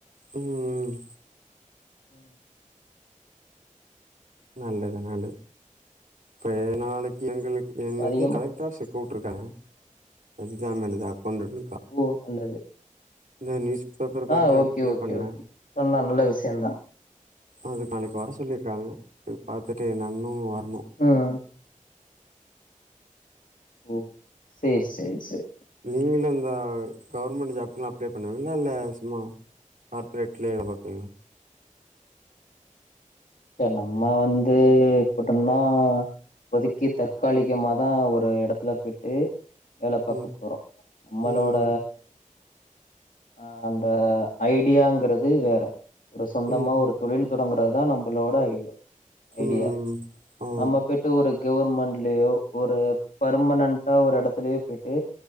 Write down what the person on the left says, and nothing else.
ம்.
அதிகமா
ஓ நல்லது
ஆ ஓகே
ஓகே
ஓகே பண்ணலா நல்ல விசயந்தா
ம் ஓக் சேரி சேரி செர்
ப்ப நம்ம வந்து எப்பிடின்னா இப்போதிக்கி தற்காலிகமாதா ஒரு எடத்துல போய்ட்டு வேல பாக்க
போறோ நம்மளோட
அ அந்த ஐடியாங்கறது வேற ஒரு சொந்தமா
ஒரு தொழில் தொடங்கறத் தா நம் மளோட ஐட்யா ஐடியா
நம்ம போய்ட்டு ஒரு கவுர்மண்ட்லியோ ஒரு பர்மனன்டா ஒரு எடத்துலயே போய்ட்டு